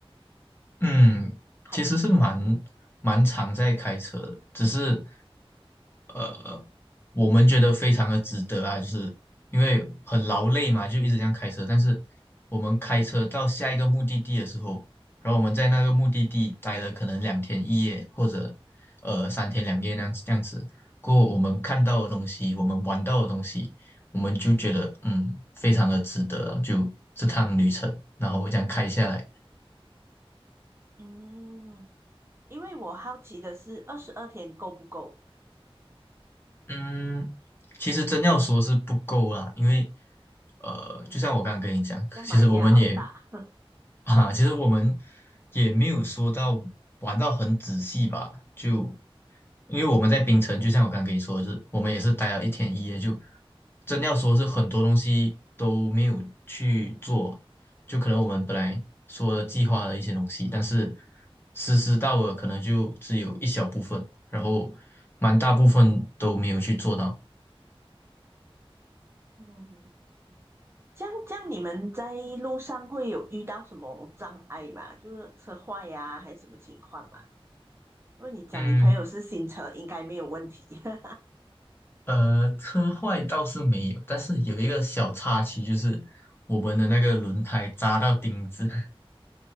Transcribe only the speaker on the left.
嗯，
其实是蛮蛮常在开车的，只是呃，我们觉得非常的值得啊，就是因为很劳累嘛，就一直这样开车。但是我们开车到下一个目的地的时候，然后我们在那个目的地待了可能两天一夜，或者呃三天两夜那样子这样子。过后我们看到的东西，我们玩到的东西，我们就觉得嗯，非常的值得啊，就这趟旅程，然后这样开下来。
嗯，其实真要说是不够啦，因为呃，
就像我刚刚跟你讲，
其实我们也 <laughs> 啊，其实我们也没有说到玩到很仔细吧，就因为我们在槟城，就像我刚刚跟你说的是，我们也是待了一天一夜，就真要说是很多东西都没有去做，就可能我们本来说计划的一些东西，但是实施到了可能就只有一小部分，然后蛮大部分都没有去做到。
嗯，
呃，车坏倒是没有，但是有一个小插曲，就是我们的那个轮胎扎到钉子 <laughs>